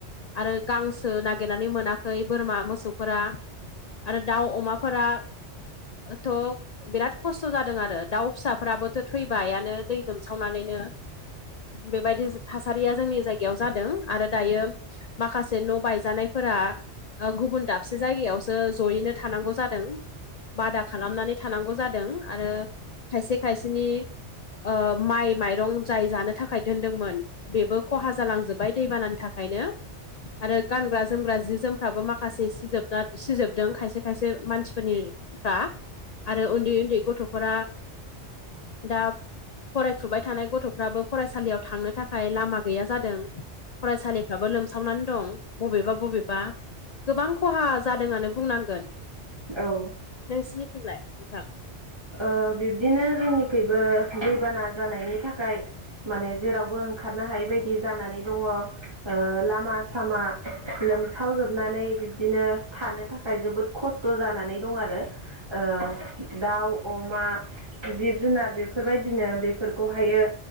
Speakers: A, on the left; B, on the right.
A: आरो गांसो सो नागिरनानै मोनाखै बोरमा मोसौफोरा आरो दाउ अमाफोरा थ' बिराद खस्थ' जादों आरो दाउ फिसाफोराबोथ' थैबायानो दै लोम सावनानैनो बेबायदि थासारिया जोंनि जायगायाव जादों आरो दायो माखासे न' बायजानायफोरा ओ गुबुन दाबसे जायगायावसो जयैनो थानांगौ जादों बादा खालामनानै थानांगौ जादों आरो खायसे खायसेनि ओ माइ माइरं जाय जानो थाखाय दोनदोंमोन बेबो खहा जालांजोब्बाय दैबानानि थाखायनो आरो गानग्रा जोमग्रा जि जोमफ्राबो माखासे सिजोबना सिजोबदों खायसे खायसे मानसिफोरनिफ्रा आरो उन्दै उन्दै गथ'फोरा दा फरायफुबाय थानाय गथ' फ्राबो फरायसालियाव थांनो थाखाय लामा गैया जादों फरायसालिफ्राबो लोमसावनानै दं बबेबा बबेबा गोबां खहा जादोंआनो बुंनांगोन।
B: औ।
A: नोंसिनि थिंलाय नोंथां?
B: ओ बिब्दिनो जोंनिखैबो दैबाना जानायनि थाखाय। माने जेरावबो ओंखारनो हायै बायदि जानानै दङ। ओ लामा सामा लोमसावजोबनानै बिब्दिनो थानो थाखाय जोबोद खस्थ जानानै दं आरो ओ दाउ अमा जिब जुनार बेफोरबायदिनो बेफोरखौहायो